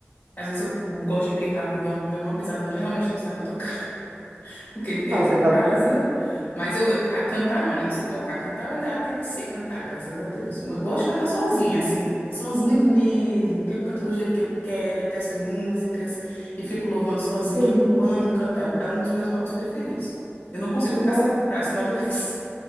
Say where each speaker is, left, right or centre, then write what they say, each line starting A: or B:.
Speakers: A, on the left (about 45°); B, on the right (about 80°).
A: Às vezes eu gosto de brincar com o violão do meu irmão, apesar de eu não- realmente não saber tocar <laughs> o que ele tem
B: Mas
A: aqui
B: você
A: em
B: tá
A: casa.
B: tendo.
A: Mas eu, eu- a cantar não, né? Não sei tocar. Cantar eu ainda até que sei cantar, graças a Deus. Mas eu gosto de cantar sozinha, assim, sozinha mesmo. Porque eu canto do jeito que eu quero, eu testo músicas e fico louvando sozinha.
B: Que delícia.
A: Eu amo cantar. É um dos meus hobbies preferidos. Eu não consigo ficar
B: Nossa,
A: sem cantar, senão eu adoeço.